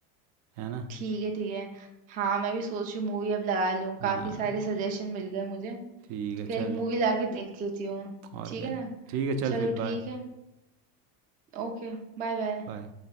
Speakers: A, on the right; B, on the right.
A: है ना
B: ठीक है ठीक है हाँ मैं भी सोच रही हूँ मूवी अब लगा लूँ काफी
A: हाँ
B: सारे सजेशन मिल गए मुझे
A: ठीक
B: तो
A: है
B: क्या
A: चल
B: एक मूवी ला के देख लेती हूँ
A: और
B: ठीक
A: क्या
B: है ना
A: ठीक है चल
B: चलो
A: फिर
B: ठीक
A: बाय
B: है ओके Bye bye
A: बाय